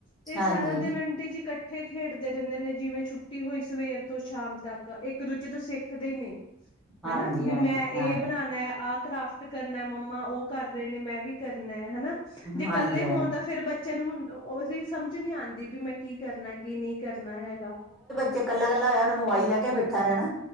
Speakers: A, on the left; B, in the centre.
A: ਤੇ
B: ਹਾਂਜੀ
A: ਸਾਰਾ ਦਿਨ ਆਂਟੀ ਜੀ ਕੱ ਇਕੱਠੇ ਖੇਡਦੇ ਰਹਿੰਦੇ ਨੇ, ਜਿਵੇਂ ਛੁੱਟੀ ਹੋਈ ਸਵੇਰ ਤੋਂ ਸ਼ਾਮ ਤੱਕ ਇੱਕ ਦੂਜੇ ਤੋਂ ਸਿੱਖ ਕਦੇ ਨਹੀਂ,
B: ਹਾਂਜੀ
A: ਹਨਾ ਵੀ
B: ਹਾਂਜੀ
A: ਮੈਂ
B: ਹਾਂ
A: ਇਹ ਬਣਾਣਾ ਆਹ ਕਰਾਫਟ ਕਰਨਾ ਮੰਮਾ ਉਹ ਕਰਦੇ ਨੇ ਮੈਂ ਵੀ ਕਰਨਾ ਹਨਾ ਜੇ ਇਕੱਲੇ
B: ਹਾਂਜੀ ਹਾਂਜੀ
A: ਹੋਣ ਤਾਂ ਫੇਿਰ ਬਚਿਆਂ ਨੂੰ ਹੁਣ ਉਹਦੀ ਸਮਝ ਨਹੀਂ ਆਂਦੀ ਵੀ ਮੈਂ ਕੀ ਕਰਨਾ, ਕੀ ਨਹੀਂ ਕਰਨਾ ਹੈਗਾ।
B: ਜ ਕੱਲਾ- ਕੱਲਾ ਹੋਇਆ ਉਹਨੇ ਮੋਬਾਈਲ ਲ ਲੈ ਕੇ ਬੈਠਾ ਰਹਿਣਾ।